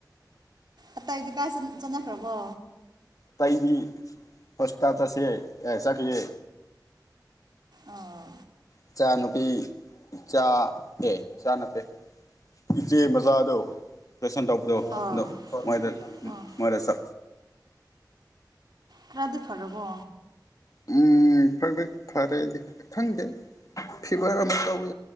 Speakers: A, on the right; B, on the left.
A: ꯑꯇꯩꯗꯤ ꯀꯥꯏ ꯆ ꯆꯠꯅ ꯈ꯭ꯔꯕꯣ
B: ꯇꯩꯕꯤ ꯄꯣꯁꯇꯥ ꯆꯁꯦ ꯑ ꯆꯠꯈꯤꯌꯦ
A: ꯑꯣ
B: ꯏꯆꯥ ꯅꯨꯨꯄꯤ ꯏꯆꯥ ꯑꯦ ꯏꯆꯥ ꯅꯠꯇꯦ ꯏꯆꯦ ꯃꯆꯥꯗꯣ ꯁꯟ ꯇꯧꯕꯗꯣ
A: ꯑꯣ
B: ꯗꯣ ꯃꯣꯢꯗ
A: ꯑꯥ
B: ꯃꯔꯥ ꯆ
A: ꯈ꯭ꯔꯗꯤ ꯐꯔꯕꯣ
B: ꯎꯝ ꯈꯔ ꯈꯔ ꯐꯔꯦꯗꯤ ꯈꯪꯗꯦ ꯐꯤꯕꯔ ꯑꯝ ꯇꯧꯋꯦ